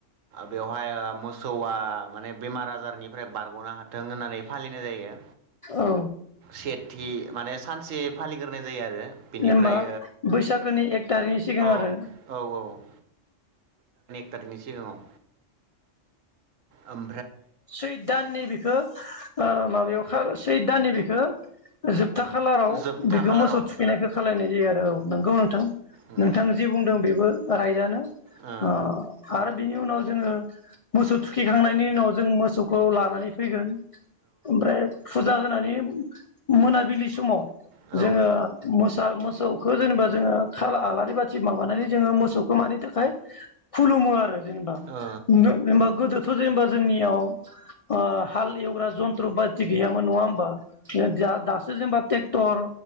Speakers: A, on the right; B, on the left.
A: बेवहाय आ मोसौआ माने बेमार आजारनि ओमफ्राय बारग'नो हाथों होननानै फालिनाय जायो
B: औ
A: सेट माने सानसे फालिग्रोनाय जायो आरो बेनिफ्राय
B: जेनबा बैसागोनि एक थारिखनि सिगां
A: ओ
B: आरो
A: औ औ <unintelligible> सिगाङाव ओम
B: सुइदाननि बेखौ ओ माबायाव सै दाननि बेखो जोब जोबथा खालाराव
A: जोबथा
B: बेखौ
A: खालाराव
B: मोसौ थुखैनायखौ खालायनाय जायो आरो औ नंगौ नोंथां
A: उम
B: नोंथां जि बुंदों बेबो रायदयानो
A: ओ
B: अ आरो बिनि उनाव जोङो मोसौ थुखिखांनायनि उनाव जों मोसौखौ लानानै फैगोन ओमफ्राय फुस फुजा होनानै मोनाबिलि समाव
A: औ
B: जोङो मोसा मोसौ खौ जेनेबा जोङो खाला आलारि बाथि माबानानै जोङो मोसौखौ मानि थाखाय खुलुमो आरो जेनबा
A: ओ औ
B: जेनबा गोदो बेथ जेनबा जोंनियाव ओ हाल एवग्रा जन्थ्र बाटि गैयामोन नङा ओ जा दासो जेनेबा ट्रेक्टर